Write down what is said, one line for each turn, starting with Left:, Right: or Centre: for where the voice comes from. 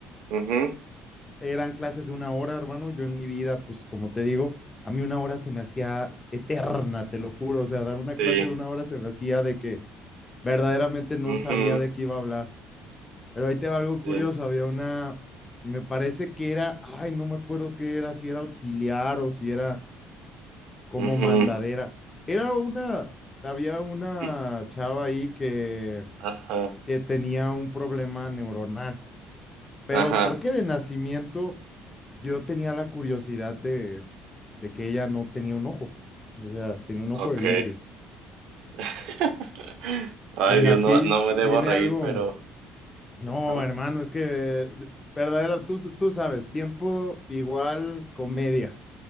Right: ujú,
Left: Eran clases de una hora, hermano. Yo en mi vida, pues como te digo, a mí una hora se me hacía eterna, te lo juro. O sea, dar una
Right: sí,
Left: clase de una hora se me hacía de que verdaderamente no
Right: ujú,
Left: sabía de qué iba a hablar. Pero ahí te va algo
Right: sí,
Left: curioso, había una, me parece que era, ay, no me acuerdo qué era, si era auxiliar o si era como
Right: ujú.
Left: mandadera. Era una, había una
Right: <laughs>
Left: chava ahí que,
Right: Ajá,
Left: que tenía un problema neuronal, pero
Right: ajá,
Left: creo que de nacimiento yo tenía la curiosidad de, de que ella no tenía un ojo, o sea, tenía un
Right: ok.
Left: ojo de vidrio.
Right: <laughs> Ay,
Left: Y
Right: Dios,
Left: aquí
Right: no, no me debo
Left: viene
Right: reír,
Left: algo
Right: pero...
Left: No,
Right: Ajá.
Left: hermano, es que eh, verdadero, tú, tú sabes, tiempo igual comedia.